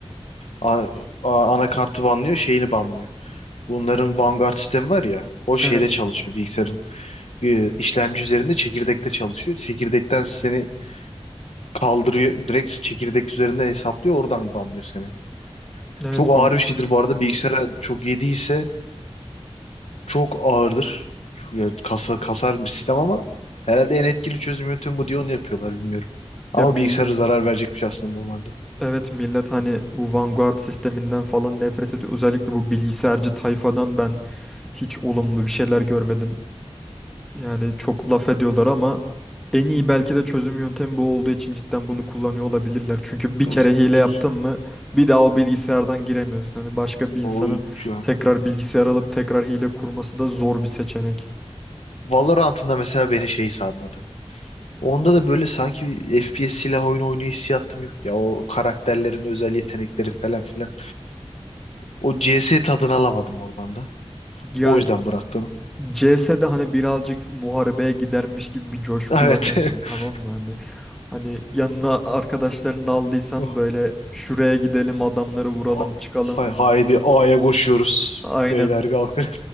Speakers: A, on the left (about 80°); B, in the centre.
A: a- a- anakartı banlıyor, şeyini banlıyor. Bunların Vanguard sistemi var ya. O şeyde
B: Evet.
A: çalışıyor bilgisayarın. e, işlemci üzerinde çekirdekte çalışıyor. Çekirdekten seni kaldırıyor. Direkt çekirdek üzerinde hesaplıyor. Oradan banlıyor seni.
B: Evet
A: Çok ağır
B: bu
A: bir şeydir bu arada. Bilgisayara çok iyi değilse Çok ağırdır. Çok- ya kasa, kasar bir sistem ama herhalde en etkili çözüm yöntemi bu diye onu yapıyorlar bilmiyorum. Ama
B: Ya millet
A: bilgisayara zarar verecek bir şey aslında normalde.
B: evet millet hani bu Vanguard sisteminden falan nefret ediyor. Özellikle bu bilgisayarcı tayfadan ben hiç olumlu bir şeyler görmedim. Yani çok laf ediyorlar ama en iyi belki de çözüm yöntemi bu olduğu için cidden bunu kullanıyor olabilirler. Çünkü bir
A: Of,
B: kere hile
A: düz.
B: yaptın mı bir daha o bilgisayardan giremiyorsun. Hani başka bir
A: O
B: insanın
A: şu an.
B: tekrar bilgisayar alıp tekrar hile kurması da zor bir seçenek.
A: Valorant'ında mesela beni şey sarmadı. Onda da böyle sanki bir FPS silah oyunu oynuyor hissiyatım yok ya. O karakterlerin özel yetenekleri falan filan. O CS tadını alamadım oradan da.
B: Ya
A: O yüzden bıraktım.
B: CS'de hani birazcık muharebeye gidermiş gibi bir coşku
A: Evet.
B: kullanıyorsun tamam
A: <laughs>
B: mı? Hani hani yanına arkadaşlarını da aldıysan
A: Oh.
B: böyle şuraya gidelim adamları vuralım
A: Ah,
B: çıkalım.
A: hay- Haydi A'ya koşuyoruz.
B: Aynen
A: Beyler kalkın.